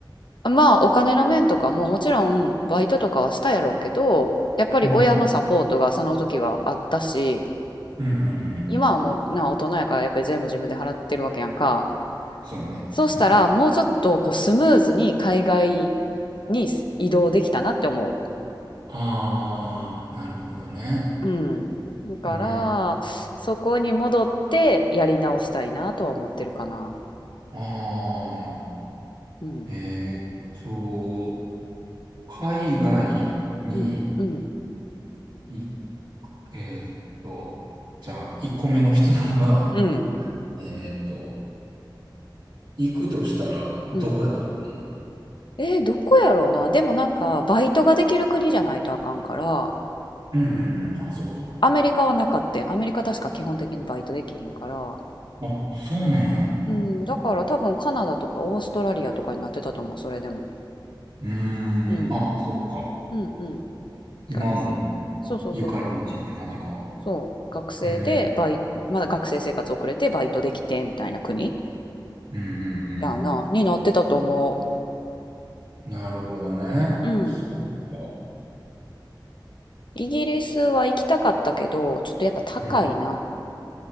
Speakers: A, on the left; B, on the right.
A: まあお金の面とかももちろんバイトとかはしたやろうけどやっぱり親のサポートがその時はあったし
B: うんうんうん。うんうんうんうん。
A: 今はもうな大人やからやっぱり全部自分で払ってるわけやんか
B: そうね。
A: そうしたらもうちょっとこうスムーズに海外
B: うん。
A: に移動できたなって思
B: ああ、なるほどね。
A: ううんだからそこに戻ってやり直したいなとは思ってるかな
B: うん。あ
A: うん
B: あ、えーっと、海外に、
A: うんうん
B: い、えーっと、じゃあ、1個目の質問が、
A: うん
B: えーっと、行くとしたら、どこやったかな
A: うんうんえーどこやろうなでもなんかバイトができる国じゃないとあかんから
B: うんうんうん。あ、そうか。
A: アメリカはなかったんアメリカ確か基本的にバイトできひんから。
B: あ、そうなんや。
A: うん、だから多分カナダとかオーストラリアとかになってたと思う、それでも。
B: うーん。
A: うん、
B: あ、そっか。
A: うん、うん。
B: 今も
A: 学生、そうそうそうそう。
B: ゆかりの地って感じか。
A: そう、学生でバイ、
B: うーん。
A: まだ学生生活遅れてバイトできてみたいな国
B: うんうん
A: やな、になってたと思
B: うん。なるほどね。
A: う。うん。
B: そっか。
A: イギリスは行きたかったけど、ちょっとやっぱ高いな。
B: うん。